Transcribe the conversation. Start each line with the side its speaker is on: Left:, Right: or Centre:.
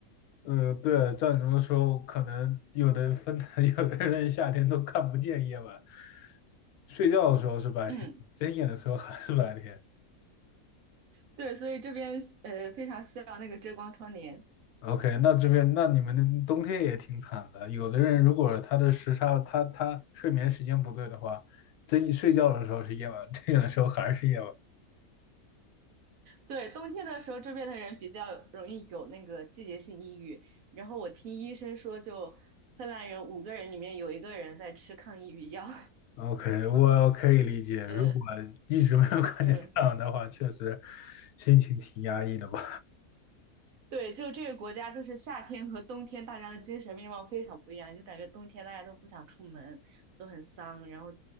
Left: 呃，对，照你这么说，可能有的分的，<laughs> 有的人夏天都看不见夜晚，睡觉的时候是白天，
Right: 嗯，
Left: 睁眼的时候还是白天。
Right: 对，所以这边呃非常需要那个遮光窗帘。
Left: OK，那这边那你们的冬天也挺惨的，有的人如果他的时差，他他睡眠时间不对的话，睁睡觉的时候是夜晚，睁眼的时候还是夜晚。
Right: 对，冬天的时候这边的人比较容易有那个季节性抑郁，然后我听医生说，就芬兰人五个人里面有一个人在吃抗抑郁药。
Left: OK，我可以理解，如果
Right: <laughs>
Left: 一直没有看见太阳的话，
Right: 嗯，
Left: 确实心情挺压抑的吧。
Right: 对，就这个国家，就是夏天和冬天，大家的精神面貌非常不一样。就感觉冬天大家都不想出门，都很丧，然后